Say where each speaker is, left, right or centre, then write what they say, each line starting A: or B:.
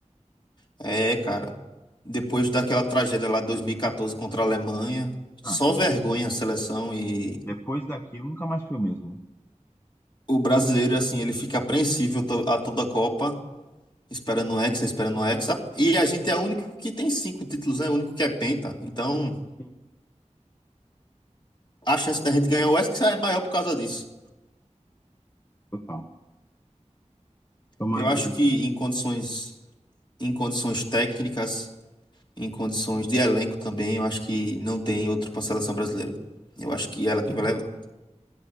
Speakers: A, on the left (about 40°); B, on the left (about 20°).
A: É, cara. Depois daquela tragédia lá de 2014 contra a Alemanha,
B: Ah,
A: só
B: que
A: vergonha
B: lá.
A: a seleção e
B: Depois daquilo nunca mais foi o mesmo.
A: o brasileiro, assim, ele fica apreensível to- a toda a Copa Esperando o Hexa, esperando o Hexa. E a gente é o único que tem cinco títulos, né? O único que é penta. Então,
B: Sim.
A: a chance da gente ganhar o Hexa é maior por causa disso.
B: Total. Tomara
A: Eu acho
B: que destino.
A: que em condições, em condições técnicas, em condições de elenco também, eu acho que não tem outro para a seleção brasileira. Eu acho que ela é quem vai levar.